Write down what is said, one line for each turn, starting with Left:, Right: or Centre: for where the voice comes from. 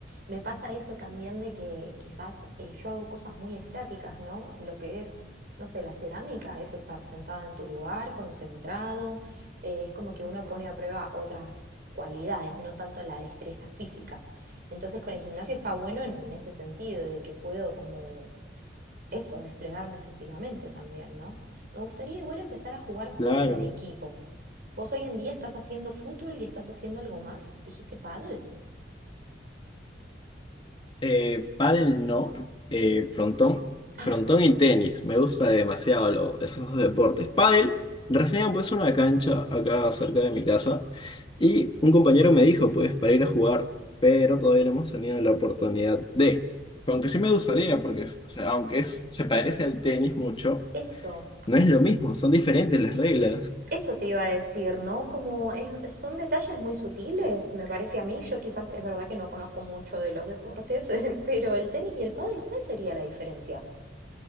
Right: Me pasa eso también de que quizás eh, yo hago cosas muy estáticas, ¿no? Lo que es, no sé, la cerámica es estar sentado en tu lugar, concentrado. eh, es como que uno pone a prueba otras cualidades, no tanto la destreza física. Entonces con el gimnasio está bueno en ese sentido, de que puedo como eso, desplegarme físicamente también, ¿no? Me gustaría igual empezar a jugar juegos
Left: Claro,
Right: en equipo, ¿Vos hoy en día estás haciendo fútbol y estás haciendo algo más? ¿Dijiste pádel?
Left: Eh, pádel no, eh, frontón,
Right: Ah,
Left: frontón y tenis, me gusta demasiado lo- esos dos deportes. Pádel, recién pues una cancha acá cerca de mi casa y un compañero me dijo pues para ir a jugar, pero todavía no hemos tenido la oportunidad de, aunque sí me gustaría porque o sea, aunque es, se parece al tenis mucho,
Right: eso,
Left: no es lo mismo, son diferentes las reglas.
Right: eso te iba a decir, ¿no? Como es- son detalles muy sutiles, me parece a mí. Yo quizás es verdad que no conozco mucho de los deportes, <laughs> pero el tenis y el pádel, ¿cuál sería la diferencia?